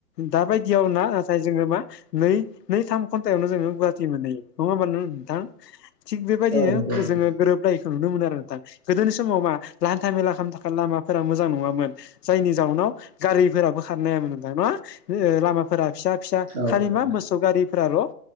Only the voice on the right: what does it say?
औ नंगौ नोंथां
औ
नंगौ नोंथां